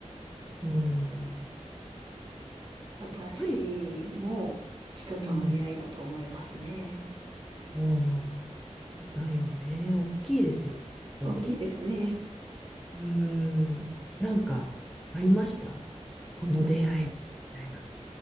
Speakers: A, in the centre; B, on the right.
A: うん。やっ
B: 私も人との出会いだと思いますね。
A: ぱり、うん、うん、だよね。大きいですよ。や
B: 大きいですね。
A: っぱり。うーん。なんか、ありましたこの出会いはみたいな。
B: わ